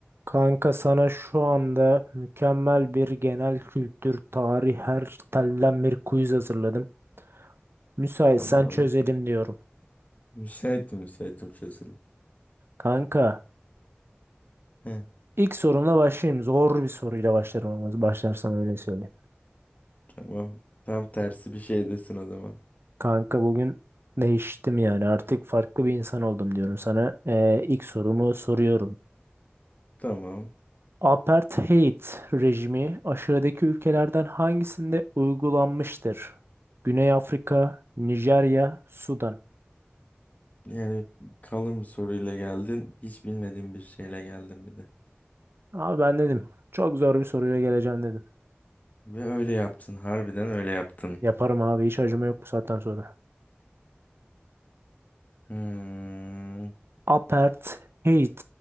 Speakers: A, on the right; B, on the left.
A: Kanka sana şu anda mükemmel bir genel kültür, tarih her telden bir quiz hazırladım. Müsaitsen
B: Tamam.
A: çözelim diyorum.
B: Müsaitim müsaitim çözülüm.
A: Kanka
B: Heh.
A: ilk sorumla başlayayım. Zor bir soruyla başlarım ama başlarsam öyle söyleyeyim.
B: Tamam. Tam tersi bir şey desin o zaman.
A: Kanka bugün değiştim yani artık farklı bir insan oldum diyorum sana. Ee, ilk sorumu soruyorum.
B: Tamam.
A: Apartheid rejimi aşağıdaki ülkelerden hangisinde uygulanmıştır? Güney Afrika, Nijerya, Sudan.
B: Yani kalın bir soruyla geldin. Hiç bilmediğim bir şeyle geldin bir de.
A: Abi ben dedim. Çok zor bir soruyla geleceğim dedim.
B: Ve öyle yaptın. Harbiden öyle yaptın.
A: Yaparım abi hiç acıma yok bu saatten sonra.
B: Hmm.
A: Apartheid